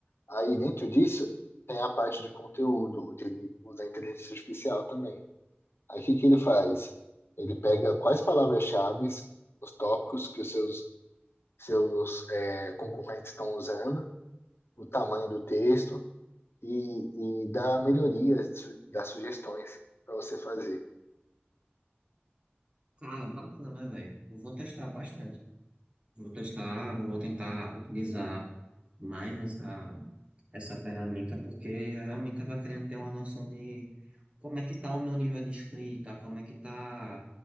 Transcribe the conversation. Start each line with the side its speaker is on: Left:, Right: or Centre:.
Left: Aí, dentro disso, tem a parte de conteúdo, onde ele usa a inteligência artificial também. Aí, o que que ele faz? Ele pega quais palavras-chave, os tópicos que os seus, seus eh, concorrentes estão usando, o tamanho do texto e, e dá melhorias, su- dá sugestões para você fazer.
Right: Cara, bacana, velho. Eu Vou testar bastante. Vou testar, vou tentar utilizar mais essa, essa ferramenta, porque eu realmente estava querendo ter uma noção de como é que tá o meu nível de escrita, como é que tá,